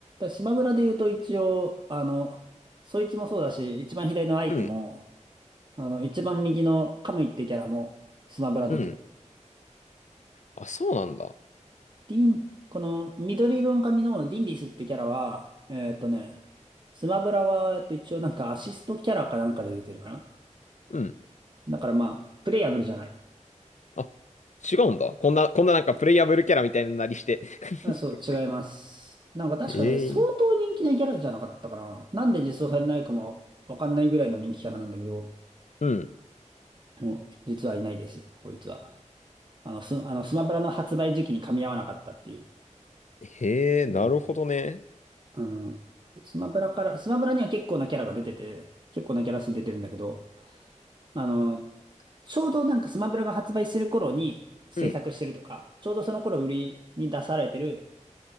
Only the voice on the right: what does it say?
らスマブラで言うと一応、あの、そいつもそうだし、一番左のアイクも、
あの、一番右のカムイってキャラもスマブラ出てる。
ディン、この緑色の髪のディンディスってキャラは、えーっとね、スマブラは、えっと、一応なんかアシストキャラかなんかで出てるかな。
だからまあ、プレイヤブルじゃない。
あ、そう、
違います。なんか確かね、
相当人気なキャラじゃなかったかな。なんで実装されないかもわかんないぐらいの人気キャラなんだけど、
もう実はいないです、こいつは。あの、ス、あの、スマブラの発売時期に噛み合わなかったっていう。
うんあの、スマブラから、スマブラには結構なキャラが出てて、結構なキャラ数出てるんだけど、あの、ちょうどなんかスマブラが発売する頃に制作してるとか、
ちょうどその頃売りに出されてる